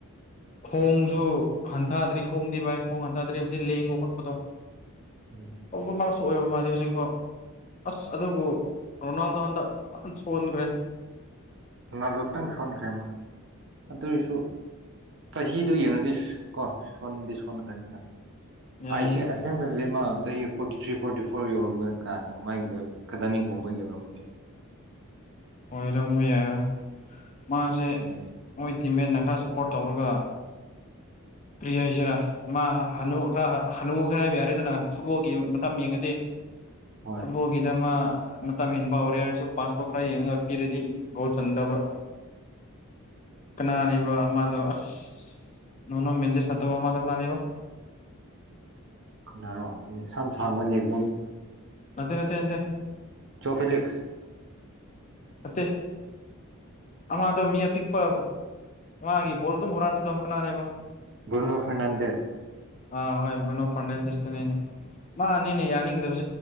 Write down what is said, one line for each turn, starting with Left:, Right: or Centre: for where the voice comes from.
Left: ꯈꯣꯡꯁꯨ ꯍꯟꯊꯗ꯭ꯔꯤ ꯈꯣꯡꯗꯤ ꯚꯥꯏ ꯈꯣꯡ ꯍꯟꯊꯗ꯭ꯔꯤꯕꯕꯨꯗꯤ ꯂꯦꯡꯕꯣ ꯈꯣꯠꯄꯗꯣ
Right: ꯎꯝ
Left: ꯑꯣꯕꯔꯃꯥꯛꯁꯨ ꯑꯣꯏꯕ ꯃꯥꯜꯂꯤ ꯍꯧꯖꯤꯛꯐꯥꯎ ꯑꯁ ꯑꯗꯨꯕꯨ ꯔꯣꯅꯥꯜꯗꯣ ꯍꯟꯗꯛ ꯁꯣꯟꯈ꯭ꯔꯦ
Right: ꯅꯥꯗꯛꯇꯪ ꯁꯣꯟꯈ꯭ꯔꯦꯃ ꯑꯗꯨ ꯑꯣꯏꯔꯁꯨ ꯆꯍꯤꯗꯨꯣ ꯌꯦꯡꯉꯨꯗꯣꯏ ꯀꯣ ꯁꯣꯟꯗꯤ ꯁꯣꯟꯈ꯭ꯔꯅꯤꯗ
Left: ꯌꯥꯏꯗ
Right: ꯑꯁ ꯑꯁꯤ ꯂꯩ ꯃꯥ ꯆꯍꯤ ꯐꯣꯔꯇꯤ ꯊ꯭ꯔꯤ ꯐꯣꯔꯇꯤ ꯐꯣꯔ ꯌꯧꯔꯝꯕ ꯀꯥ ꯃꯥꯒꯤꯗꯣ ꯑꯦꯀꯥꯗꯥꯃꯤꯒꯨꯝꯕ ꯌꯧꯔꯝꯃꯅꯦꯕ
Left: ꯑꯣꯏꯔꯝꯕ ꯌꯥꯏꯔꯣꯏ ꯃꯥꯁꯦ
Right: ꯎꯝ
Left: ꯇꯤꯃꯦꯠꯟꯅ ꯈꯔ ꯁꯞꯄꯣꯔꯠ ꯇꯧꯔꯒ ꯄ꯭ꯔꯤ ꯍꯥꯏꯁꯤꯔꯥ ꯃꯥ ꯍꯅꯨ ꯈꯔ ꯍꯅꯨ ꯈꯔ ꯍꯥꯏꯕ ꯌꯥꯔꯦꯗꯅ ꯐꯨꯠꯕꯣꯜꯒꯤ ꯃꯇꯝ ꯌꯦꯡꯉꯗꯤ
Right: ꯍꯣꯏ
Left: ꯐꯨꯠꯕꯣꯜꯗꯃ ꯃꯇꯝ ꯍꯕ ꯍꯧꯔꯦ ꯍꯥꯏꯁꯨ ꯄꯥꯁ ꯇꯀ꯭ꯔꯥ ꯌꯦꯡꯉꯞꯄꯤꯔꯗꯤ ꯣ ꯆꯟꯗꯕ ꯀꯅꯥꯅꯦꯕꯣ ꯑꯃꯗꯣ ꯑꯁ ꯅꯣꯏꯅ ꯃꯦꯗꯤꯁ ꯅꯠꯇꯕ ꯃꯥꯥꯟꯅ ꯀꯅꯥꯅꯤꯕ
Right: ꯈꯅꯔꯣ ꯅꯦꯛ ꯁꯝ ꯊꯥꯡꯕ ꯅꯦꯛꯝ
Left: ꯅꯠꯇꯦ ꯅꯠꯇꯦ ꯅꯠꯇ
Right: ꯆꯣꯐꯂꯛꯁ
Left: ꯑ ꯑꯃꯗꯣ ꯃꯤ ꯑꯄꯤꯛꯄ ꯃꯥꯒꯤ ꯕꯣꯜ ꯑꯗꯨꯝ ꯍꯨꯔꯥꯟꯗ ꯀꯅꯥꯅꯦꯕ
Right: ꯅꯣ ꯐꯦꯔꯅꯥꯗꯁ
Left: ꯑꯥ ꯍꯣꯏꯅꯣ ꯐꯔꯗꯇꯅꯦ ꯃꯥꯅꯤꯅꯦ ꯌꯥꯅꯤꯡꯗꯕ